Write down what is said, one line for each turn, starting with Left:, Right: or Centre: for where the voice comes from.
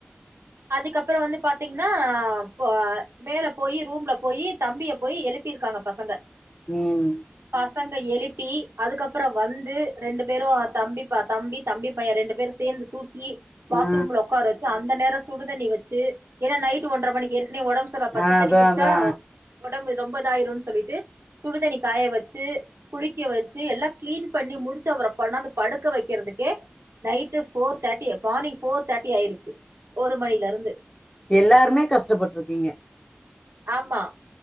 Right: அதுக்கப்றோ வந்து பாத்தீங்கன்னா ஆ போ மேல போயி ரூம்ல போயி தம்பிய போயி எழுப்பிருக்காங்க பசங்க
Left: ம்
Right: பசங்க எழுப்பி அதுக்கப்றோ வந்து ரெண்டு பேரு தம்பி தம்பி தம்பி பைய ரெண்டு பேரு சேர்ந்து தூக்கி பாத்ரூம்ல
Left: ஆ
Right: உட்கார வச் அந்த நேரோ சுடுதண்ணி வச்சு என்னா நைட் ஒன்றரை மணிக்கு ஏற்கனவே உடம்பு சரிலா
Left: ஆ
Right: தண்ணி
Left: அதா
Right: குடிச்சா
Left: அதா
Right: உடம்பு ரொம்ப இதாயிரும்னு சொல்லிட்டு சுடுதண்ணி காய வச்சு குளிக்க வச்சு எல்லா கிளீன் பண்ணி முடிச்சு அவர கொண்டாது படுக்க வைக்கிறதுக்கே night four thirty morning four thirty ஆயிடுச்சு ஒரு மணில இருந்து
Left: எல்லாருமே கஷ்டப்பட்டுருகீங்க
Right: ஆமா